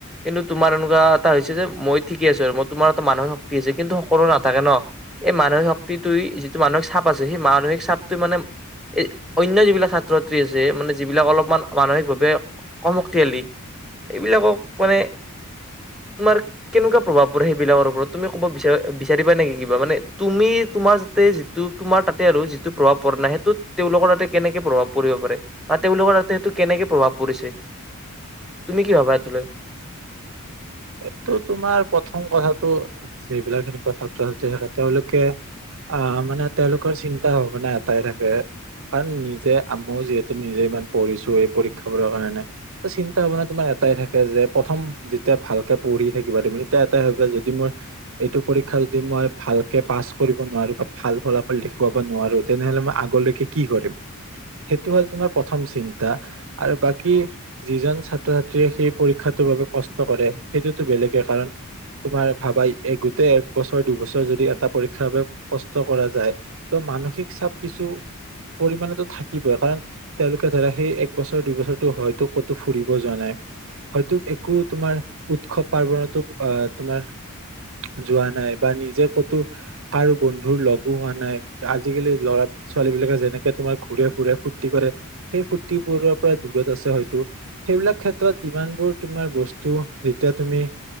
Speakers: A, in the centre; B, on the right.
A: কিন্তু তোমাৰ এনেকুৱা এটা হৈছে যে মই ঠিকে আছো আৰু মই তোমাৰ এটা মানসিক শক্তি হৈছে কিন্তু সকলোৰ নাথাকে ন। এই মানসিক শক্তিটোই যিটো মানসিক চাপ আছে সেই মানসিক চাপটোৱে মানে এই অন্য যিবিলাক ছাত্ৰ ছাত্ৰী আছে মানে যিবিলাক অলপমান মানসিকভাৱে কম শক্তিশালী এইবিলাকক মানে তোমাৰ কেনেকুৱা প্ৰভাৱ পৰে সেইবিলাকৰ ওপৰত তুমি ক'ব বিচাৰ বিচাৰিবা নেকি কিবা মানে তুমি তোমাৰ যাতে যিটো তোমাৰ তাতে আৰু যিটো প্ৰভাৱ পৰা নাই সেইটোত তেওঁলোকৰ তাতে কেনেকে প্ৰভাৱ পৰিব পাৰে। বা তেওঁলোকৰ তাতে সেইটো কেনেকে প্ৰভাৱ পৰিছে তুমি কি ভাবা এইটোলৈ?
B: এইটো তোমাৰ প্ৰথম কথাটো যিবিলাক এনেকুৱা ছাত্ৰ ছাত্ৰী থাকে তেওঁলোকে আহ মানে তেওঁলোকৰ চিন্তা ভাবনা এটাই থাকে। কাৰণ নিজে মইয়ো যিহেতু নিজে ইমান পঢ়িছো এই পৰীক্ষাবোৰৰ কাৰণে টো চিন্তা ভাৱনা তোমাৰ এটাই থাকে যে প্ৰথম যেতিয়া ভাল পঢ়ি থাকিবা তুমি তেতিয়া এটাই ভাবিবা যদি মই এইটো পৰীক্ষা যদি মই ভালকে পাছ কৰিব নোৱাৰো বা ভাল ফলাফল দেখুৱাব নোৱাৰো। তেনেহলে মই আগলৈকে কি কৰিম সেইটো হ'ল তোমাৰ প্ৰথম চিন্তা আৰু বাকী যিজন ছাত্ৰ-ছাত্ৰীয়ে সেই পৰীক্ষাটোৰ বাবে কষ্ট কৰে সেইটোতো বেলেগে কাৰণ তোমাৰ ভাবা এই গোটেই এক বছৰ দুবছৰ যদি এটা পৰীক্ষাৰ বাবে কষ্ট কৰা যায়। ত মানসিক চাপ কিছু পৰিমাণেটো থাকিবই কাৰণ তেওঁলোকে ধৰা সেই একবছৰ দুইবছৰটো হয়তো কতো ফুৰিব যোৱা নাই। হয়তো একো তোমাৰ উৎসৱ পাৰ্বনতো আহ তোমাৰ যোৱা নাই বা নিজে কতো কাৰো বন্ধুৰ লগো হোৱা নাই আজিকালি ল'ৰা ছোৱালী বিলাকে যেনেকে তোমাৰ ঘুৰে ফুৰে ফুৰ্তি কৰে সেই ফূৰ্তিবোৰৰ পৰা দূৰত আছে হয়তো সেইবিলাক ক্ষেত্ৰত ইমানবোৰ তোমাৰ বস্তু যেতিয়া তুমি